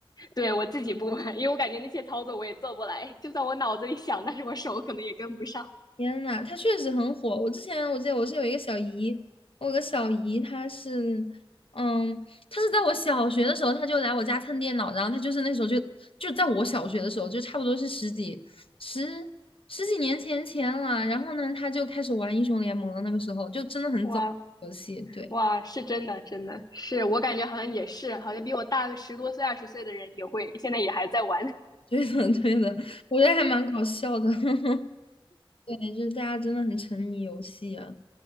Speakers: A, on the left; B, on the left.
A: 对，我自己不玩，因为我感觉那些操作我也做不来，就算我脑子里想，但是我手可能也跟不上。
B: 天呐，他确实很火。我之前我记得我是有一个小姨，我有个小姨，她是，嗯，她是在我小学的时候，她就来我家蹭电脑，然后她就是那时候就就在我小学的时候，就差不多是十几十十几年前前了。然后呢，她就开始玩英雄联盟了，那个时候就真的很早游戏，
A: 哇
B: 对，
A: 哇，是真的，真的是我感觉好像也是，好像比我大个十多岁、二十岁的人也会，现在也还在玩。
B: 对的 <laughs> 对的，我觉得还蛮搞笑的，<laughs> 对，就是大家真的很沉迷游戏啊，